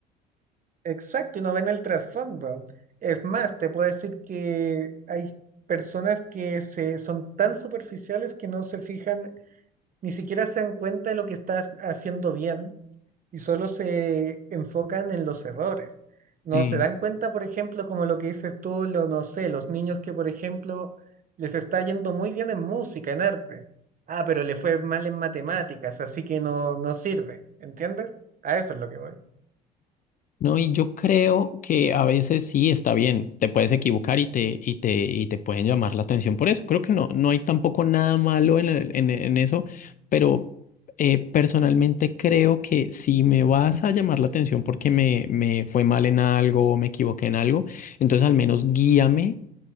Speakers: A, on the right; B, on the left.
A: Exacto, y no ven el trasfondo. Es más, te puedo decir que hay personas que se, son tan superficiales que no se fijan, ni siquiera se dan cuenta de lo que estás haciendo bien y solo se enfocan en los errores. No
B: Sí.
A: se dan cuenta, por ejemplo, como lo que dices tú, lo, no sé, los niños que, por ejemplo, les está yendo muy bien en música, en arte. Ah, pero le fue mal en matemáticas, así que no, no sirve, ¿entiendes? A eso es lo que voy.
B: No, y yo creo que a veces sí está bien, te puedes equivocar y te, y te, y te pueden llamar la atención por eso. Creo que no, no hay tampoco nada malo en, el- en, en eso, pero eh, personalmente creo que si me vas a llamar la atención porque me, me fue mal en algo o me equivoqué en algo, entonces al menos guíame